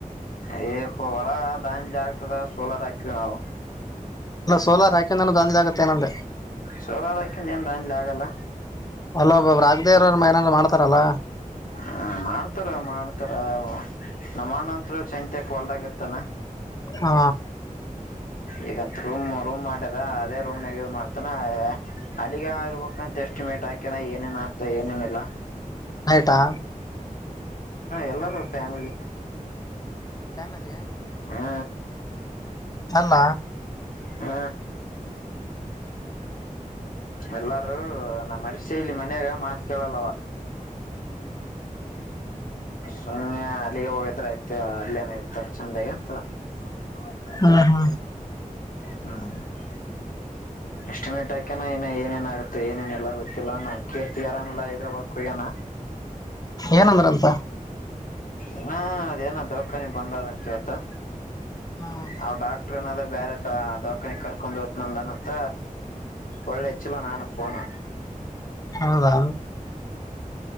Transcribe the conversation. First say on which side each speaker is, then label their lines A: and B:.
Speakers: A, on the left (about 75°); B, on the left (about 25°).
A: ಅಪ್ಪ ವಳ ದಲ್ಲಿ ಆಗ್ತದ ಸೋಲರ್ ಹಾಕಿ ನಾವು
B: ಅಲ್ಲ ಸೋಲಾರ್ ಹಾಕಿಂದಾನ ದಂದ ಆಗತ್ತೆ ಏನಂದ
A: ಸೋಲಾರ್ ಹಾಕಿಂದ ಏನ್ ದಾನ್ಲಿ ಆಗಲ್ಲ
B: ಅಲ್ಲೊ ಒಬ್ಬಬ್ ರಾಗದೇವ್ರ್ರ ಏನಾದ್ರರು ಮಾಡ್ತಾರಲ್ಲಾ
A: ಹ ಮಾಡ್ತಾರ ಮಾಡ್ತಾರ ನಮ್ಮಂತ್ ಚೈತ್ಯಕ್ ಒಲ್ಡ್ಗರ್ತಾನ
B: ಹಾ
A: ಈಗಂತ ರೂಮ್ ರೂಮ್ ಮಾಡ್ಯದ ಅದೇ ರೂಮ್ನಾಗ ಇ ಮಾಡ್ತಾನ ಅಲ್ಲಿಗೆ ಇರ್ಬೇಕಂತ ಎಸ್ಟಿಮೇಟ್ ಹಾಕ್ಯನ ಏನೇನ್ ಆತ ಏನೇನಿಲ್ಲ
B: ಹಟಾ
A: ಎಲ್ಲಾರು ಫ್ಯಾಮಿಲಿ
B: ಫ್ಯಾಮಿಲಿ
A: ಹ
B: ಅಲ್ಲ
A: ಹ್ಮ ಎಲ್ಲಾರೂ ನ ಮರಿಸೆಲಿ ಮನ್ಯಾಗ ಮಾತ್ ಕೇಳಲ್ಲವ ಸುಯ ಅಲ್ಲಿಗೆ ಒೋಗದತ <inaudible> ಮತ್ತೆ ಅಲ್ಲ ನ ಇರ್ತಾರ ಚೆಂದಾಗಿ ಅಂತ <unintelligible>
B: ಹಾ ಹಾ
A: ಹಾ <unintelligible> ಎಷ್ಟಟಿಮೇಟ್ ಆಾಕ್ಯನಾ ಇನ್ನ ಏೇನ್ ಆಗುತ್ತತ್ತು ಏನೇನ ಇಿಲ್ಲ ಗೊತ್ತಿಲ್ಲಾ ನನ್ ಕೀರ್ತಿ ಆರಾಮಿಲ್ಲಲ್ಲ ಇದ್ರ ಬರ್ಕ್ ಹಗ್ಯನ
B: ಏನಂದ್ರಂತ
A: ಇ ಅದೇನ ದೌಖಾನಿ ಬಂದದಂಂತ ಇತ್ತು
B: ಹ್ಮ್
A: ಆ ಡಕ್ <unintelligible> ಟ್ರನಾದ ಬ್ಯಾರಟ್ ದಖಾನಿ ಕರ್ಕೊಂಡ್ ಹತ ನಂದನಂತ ಒಳ್ಳೆಚ್ಚಿಲ್ಲ ನಾನು ಫೋನ್
B: ಹೌದಾ